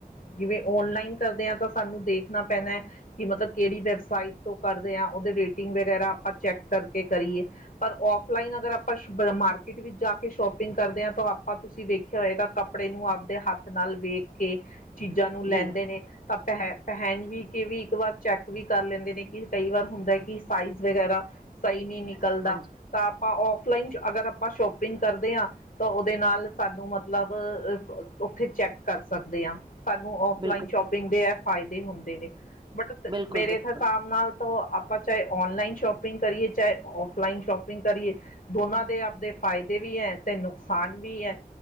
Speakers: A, on the left; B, on the right.
A: ਜਿਵੇਂ ਔਨਲਾਈਨ ਕਰਦੇ ਹਾਂ ਤਾਂ ਸਾਨੂੰ ਦੇਖਣਾ ਪੈਣਾ ਕਿ ਮਤਲਬ ਕਿਹੜੀ ਵੈਬਸਾਈਟ ਤੋਂ ਕਰਦੇ ਹਾਂ ਉਹਦੇ ਰੇਟਿੰਗ ਵਗੈਰਾ ਆਪਾਂ ਚੈੱਕ ਕਰਕੇ ਕਰੀਏ। ਪਰ ਔਫਲਾਈਨ ਅਗਰ ਆਪਾਂ ਸੁਪ ਮਾਰਕੀਟ ਵਿੱਚ ਜਾ ਕੇ ਸ਼ੋਪਿੰਗ ਕਰਦੇ ਹਾਂ ਤਾਂ ਆਪਾਂ ਤੁਸੀਂ ਵੇਖਿਆ ਹੋਏਗਾ ਕੱਪ ਕੱਪੜੇ ਨੂੰ ਆਪਣੇਂ ਹੱਥ ਨਾਲ ਵੇਖ ਕੇ ਚੀਜ਼ਾਂ ਨੂੰ ਲੈਂਦੇ
B: ਜੀ
A: ਨੇ ਤਾਂ ਪਹਿਨ ਪਹਿਣ ਵੀ ਕੇ ਵੀ ਇੱਕ ਵਾਰ ਚੈੱਕ ਵੀ ਕਰ ਲੈਂਦੇ ਨੇ ਕਿ ਕਈ ਵਾਰ ਹੁੰਦਾ ਕਿ ਸਾਈਜ਼ ਵਗੈਰਾ ਸਹੀ ਨਹੀਂ ਨਿਕਲਦਾ
B: ਹਾਂਜੀ
A: ਤਾਂ ਆਪਾਂ ਔਫਲਾਈਨ ਅਗਰ ਆਪਾਂ ਸ਼ੋਪਿੰਗ ਕਰਦੇ ਹਾਂ ਤਾਂ ਉਹਦੇ ਨਾਲ ਸਾਨੂੰ ਮਤਲਬ 'ਚ' ਉੱਥੇ ਚੈੱਕ ਕਰ ਸਕਦੇ ਹਾਂ, ਸਾਨੂੰ ਔਫਲਾਈਨ
B: ਬਿਲਕੁਲ
A: ਸ਼ੋਪਿੰਗ ਦੇ ਇਹ ਫਾਇਦੇ ਹੁੰਦੇ ਨੇ ਬਟ
B: ਬਿਲਕੁਲ
A: ਮੇਰੇ
B: ਬਿਲਕੁਲ
A: ਹਿਸਾਬ ਨਾਲ ਤੋ ਆਪਾਂ ਚਾਹੇ ਔਨਲਾਈਨ ਸ਼ੋਪਿੰਗ ਕਰੀਏ, ਚਾਹੇ ਔਫਲਾਈਨ ਸ਼ੋਪਿੰਗ ਕਰੀਏ, ਦੋਨਾਂ ਦੇ ਆਪਦੇ ਫਾਇਦੇ ਵੀ ਏ ਤੇ ਨੁਕਸਾਨ ਵੀ ਏ